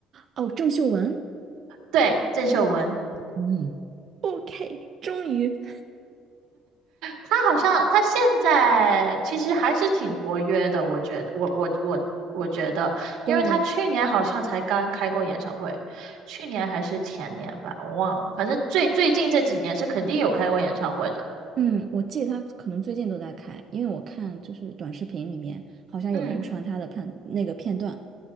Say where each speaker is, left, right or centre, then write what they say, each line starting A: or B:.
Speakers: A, on the right; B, on the right.
A: 哦，郑秀文。
B: 对，郑秀文，
A: 嗯，OK，终于，
B: 她好像她现在其实还是挺活跃的，我觉得，我我我我觉得，因为她去年好像才刚开过演唱会，
A: 对，
B: 去年还是前年吧，我忘了，反正最最近这几年是肯定有开过演唱会的，
A: 嗯，我记得他可能最近都在开，因为我看就是短视频里面好像有人传他的判那个片段，
B: 嗯，